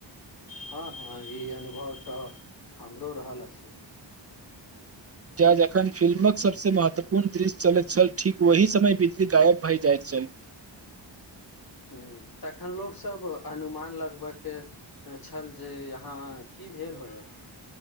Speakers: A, on the left; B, on the right.
A: हँ हँ ई अनुभव तऽ हमरो रहल अछि
B: ज जखन फिल्मक सभसँ महत्वपूर्ण दृश्य चलैत छल ठीक ओहि समय बिजली गायब भए जाइत छल
A: हुँ तखन लोक सब अनुमान लगबयके छल जे यहाँ की भेल होयत